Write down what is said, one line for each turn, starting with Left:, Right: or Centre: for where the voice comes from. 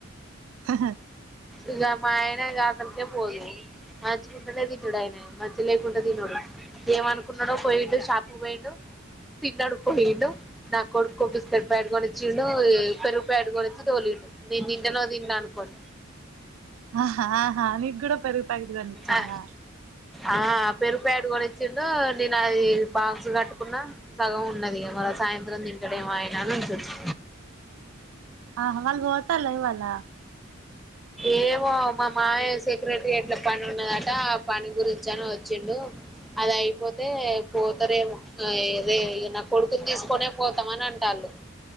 Right: హా హ
Centre: ఇగా మా ఆయన కి అసలకే పోదు మంచికుంటనే తింటడుఆయన మంచిగా లేకుంటే తినడు. ఏమనుకున్నాడో పోయిండు షాప్ కి పోయిండు తిన్నాడు, పోయిండు నా కొడుకు కి బిస్కెట్ ప్యాకెడుకొనిచ్చిండు. పెరుగు ప్యాకెట్ కొనిచ్చి తోలిండు నేను తింటాను తిననో అనుకోని
Right: ఆహా ఆహా నీకు కూడా పెరుగు ప్యాకెట్ కొనిచ్చిండా
Centre: అ ఆ పెరుగో ప్యాకెట్ కూడా నిన్ నేను అది బాక్స్ కట్టుకున్నా సగం ఉన్నది మరి సాయంత్రం తింటాడేమో ఆయన అని ఉంచొచ్చి
Right: ఆహ వాళ్ళు పోతాలే ఇవాళ
Centre: ఏమో మా మామయ్య సెక్రటరియట్ల పని ఉన్నదట ఆ పని గురించి అని వచ్చిండు, అది అయిపోతే పోతరేమో అయే రే నా కొడుకుని తీసుకొనే పోతామని అంటాళ్ళు.